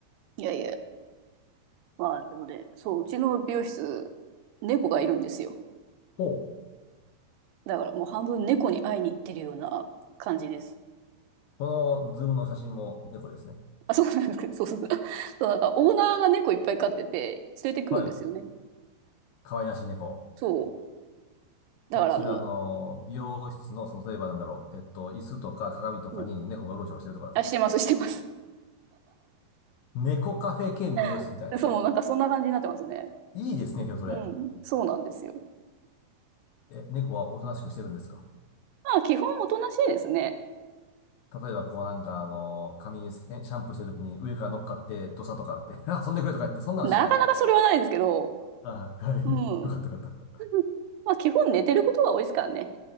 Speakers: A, on the right; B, on the left.
A: いやいや。まあ、でもね、そう、うちの美容室、猫がいるんですよ。
B: ほう。
A: だからもう半分猫に会いに行ってるような感じです。
B: このズームの写真も猫ですね。
A: あ、そうなんですけど、そうそう。<laughs> そう、なんかオーナーが猫いっぱい飼ってて、連れてくるんですよね。
B: はい。可愛らしい猫。
A: そう。だからあの、
B: え、それはあの、美容室の、その、例えばなんだろう。えっと、椅子とか鏡とかに猫がうろちょろしてるとかですか
A: うん。あ、してます、してます。
B: 猫カフェ兼美容室みたいな。
A: <laughs> そう、もうなんかそんな感じになってますね。
B: いいですね、今日それ。
A: うん。そうなんですよ。
B: え、猫はおとなしくしてるんですか
A: まあ基本おとなしいですね。
B: 例えば、こうなんか、あの、髪シャンプーしてるときに上から乗っかって、ドサとかあって、<laughs> あ遊んでくれとか言って、そんなのしない。
A: なかなかそれはないですけど、
B: はい、はい。
A: うん。
B: <laughs> よかったよかっ
A: <laughs> まあ基本寝てることが多いですからね。